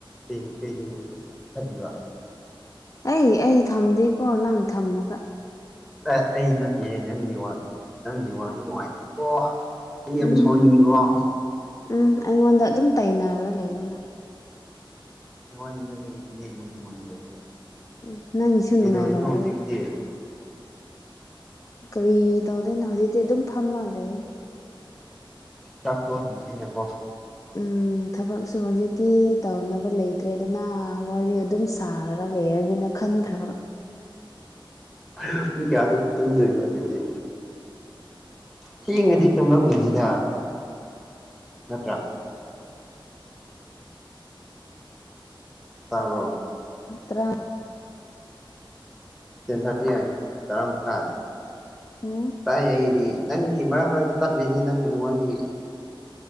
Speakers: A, in the centre; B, on the left.
A: ꯀ ꯀꯩꯒꯤ ꯃꯨꯠꯊꯠꯂꯤꯕ
B: ꯑꯩ ꯑꯩ ꯊꯝꯗꯦꯀꯣ ꯅꯪ ꯊꯝꯃꯒ
A: ꯑꯦ ꯑꯩ ꯅꯠꯇꯦ ꯅꯪ ꯅꯤꯋꯥꯛ ꯅꯪ ꯅꯦꯋꯥꯛꯇꯣ ꯅꯨꯡꯉꯥꯏꯇ꯭ꯦꯕꯣ ꯑꯩ ꯌꯥꯝ
B: ꯎꯝ
A: ꯁꯥꯎꯍꯟꯅꯤꯡꯀꯣ
B: ꯎꯝ ꯑꯩꯉꯣꯟꯗ ꯑꯗꯨꯝ ꯇꯥꯏꯅꯔꯒ ꯂꯩꯔꯣ ꯅꯪ
A: ꯅꯪꯉꯣꯟꯅꯦ ꯅꯦꯋꯥꯛ ꯅꯨꯡꯉꯥꯏꯇꯕꯗꯨ
B: ꯎꯝ ꯅꯪꯒꯤꯁꯨ
A: ꯄꯤꯗꯥꯧꯔꯤꯅ
B: ꯅꯨꯡꯉꯥꯏꯔꯝꯃꯣꯏꯕ
A: ꯍꯧꯖꯤꯛꯗꯤ
B: ꯀꯔꯤ ꯇꯧꯗꯣꯏꯅꯣ ꯍꯧꯖꯤꯛꯇꯤ ꯑꯗꯨꯝ ꯐꯝꯃꯂꯦ
A: ꯆꯥꯛ <unintelligible>
B: ꯎꯝ ꯊꯕꯛꯁꯨ ꯍꯧꯖꯤꯛꯇꯤ ꯇꯧꯅꯕ ꯂꯩꯇ꯭ꯔꯦꯗꯅ ꯋꯥꯔꯤ ꯑꯗꯨꯝ ꯁꯥꯔꯒ ꯂꯩꯔꯒꯅ ꯈꯟꯈ꯭ꯔꯕ
A: ꯑ ꯄꯨꯡ ꯀꯌꯦꯗ ꯇꯨꯝꯗꯣꯏꯕ ꯑꯗꯨꯗꯤ ꯊꯦꯡꯉꯗꯤ ꯇꯨꯝꯂꯝꯒꯅꯤꯗ ꯅꯠꯇ꯭ꯔ ꯇꯥꯕꯣ
B: ꯑ꯭ꯔ
A: ꯇꯦꯟ ꯊꯥꯔꯇꯤ ꯍꯥꯏ ꯇꯔꯥ ꯃꯈꯥꯏ
B: ꯎꯝ
A: ꯇꯥꯏ ꯑꯩꯗꯤ ꯅꯪꯒꯤ ꯃꯔꯛ ꯃꯔꯛꯇ ꯇꯠꯂꯤꯅꯦ ꯅꯪ ꯅꯪꯉꯣꯟꯗꯒꯤ